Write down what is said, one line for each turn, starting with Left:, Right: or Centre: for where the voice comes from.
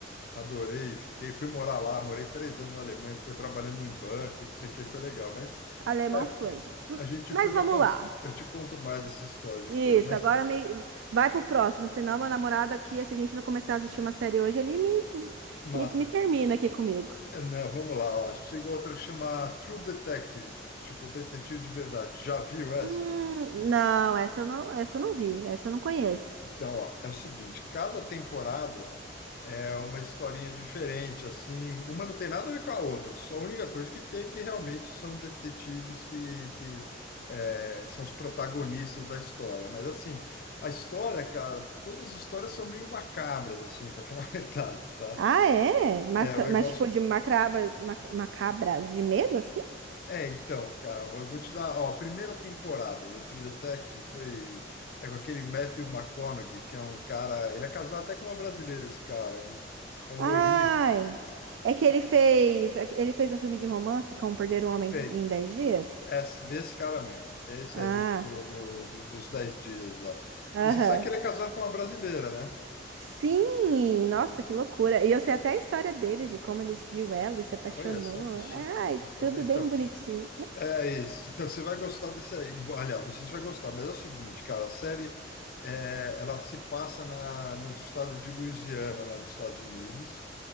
Left: Adorei, fiquei, fui morar lá, morei três anos na Alemanha, depois trabalhando em banco, não sei o que, foi legal. Mas
Right: alemão
Left: é,
Right: fluente. Hum,
Left: a gente
Right: Mas
Left: depois
Right: vamos
Left: eu, conf-
Right: lá.
Left: eu te conto mais essa história depois,
Right: Isso,
Left: mas
Right: agora me... vai pro próximo, senão meu namorado aqui, se a gente não começar a assistir uma série hoje, ele me, des-
Left: mata.
Right: me, me termina aqui comigo.
Left: É, Não, vamos lá, ó. Chega outra que chama True Detective, tipo detetive de verdade. Já viu essa?
Right: Hum, não, essa eu não, essa eu não vi, essa eu não conheço.
Left: Então, ó, é o seguinte, cada temporada é uma historinha diferente, assim, uma não tem nada a ver com a outra, só a única coisa que tem é que realmente são detetives que, que é, são os protagonistas da história. Mas, assim, a história, cara, todas as histórias são meio macabras, assim, para falar <laughs> a verdade, tá?
Right: Ah, é? Maca-
Left: É um negócio
Right: mas tipo de macraba, mac- macabras de medo assim?
Left: É, então, cara, eu vou te dar, ó, a primeira temporada do True Detective foi é com aquele Matthew McConaughey, que é um cara, ele é casado até com uma brasileira, esse cara, é um, é um
Right: Ai,
Left: loirinho,
Right: é que ele fez, é que ele fez um filme de romance como Perder um Homem
Left: peixe,
Right: em dez Dias.
Left: é esse esse cara mesmo, esse
Right: Ah,
Left: aí do, do, do- do- dos 10 dias lá.
Right: aham.
Left: E você sabe que ele é casado com uma brasileira, né?
Right: Sim, nossa, que loucura. E eu sei até a história dele, de como ele viu ela e se apaixonou.
Left: Olha só que chique,
Right: Ai,
Left: cara, tá
Right: tudo
Left: vendo?
Right: bem
Left: Então,
Right: bonitinho.
Left: É isso. Então você vai gostar desse aí. Aliás, não sei se vai gostar, mas é o seguinte, cara, a série é, ela se passa na, no estado de Louisiana, lá nos Estados Unidos,